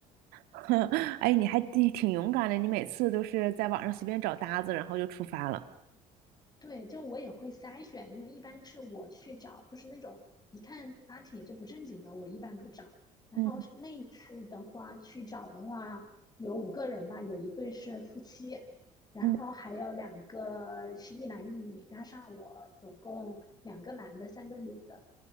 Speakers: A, on the right; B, on the left.
A: <laughs> 哎，你还挺挺勇敢的，你每次都是在网上随便找搭子，然后就出发了。
B: 对，就我也会筛选，因为一般是我去找，就是那种一看发帖就不正经的，我一般不找。然后是那一次的话，
A: 嗯
B: 去找的话有五个人吧，有一对是夫妻，然后还有两个是一男一女，
A: 嗯，
B: 加上我总共两个男的，三个女的。